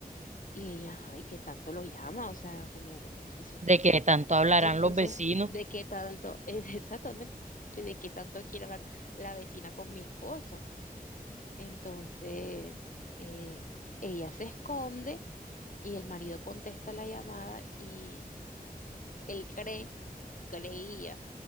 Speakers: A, on the left; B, on the right.
A: Y ella, ay, que tanto lo llama, o sea, como si su-
B: De que tanto hablarán
A: Entonces,
B: los vecinos.
A: ¿de qué tanto? <laughs> Es exactamente, ¿de qué tanto quiere hablar la vecina con mi esposo? Entonces, eh, ella se esconde y el marido contesta la llamada y él cree, creía